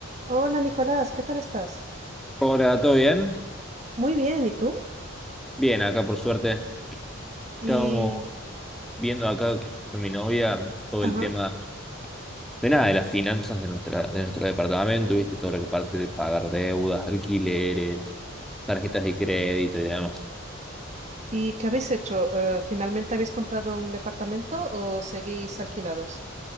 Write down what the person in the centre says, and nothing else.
Hola, ¿todo bien?
Bien, acá por suerte. Estábamos
viendo acá con mi novia todo
el tema de nada, de las finanzas de nuestra, de nuestro departamento, ¿viste? Todo lo que parte de pagar deudas, alquileres, tarjetas de crédito y demás.